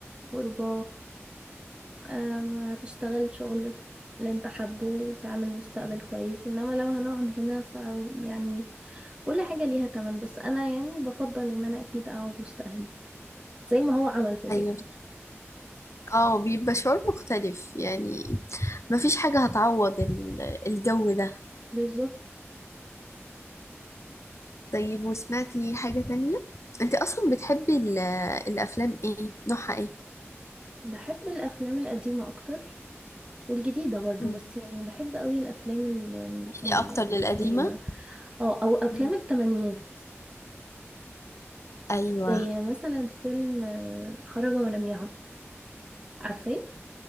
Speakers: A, on the right; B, on the left.
A: غربة أم، هتشتغل شغل في اللي انت حابه وتعمل مستقبل كويس انما لو هنقعد هنا ف يعني كل حاجة ليها تمن بس انا يعني بفضل ان انا اكيد اقعد وسط اهلي زي ما هو عمل في الآخر
B: ايوه اه بيبقى شعور مختلف يعني مفيش حاجة هتعوض ال- الجو ده
A: بالظبط
B: طيب وسمعت لي حاجة تانية انت اصلا بتحبي ال- الافلام ايه نوعها ايه
A: بحب الأفلام القديمة أكتر والجديدة برضو
B: مم.
A: بس يعني بحب قوي الأفلام ال-
B: يعني
A: ال-
B: اكتر للقديمة
A: القديمة اه أو أفلام
B: مم.
A: التمانينات
B: ايوه
A: زي مثلا فيلم آه، خرج ولم يعد عارفاه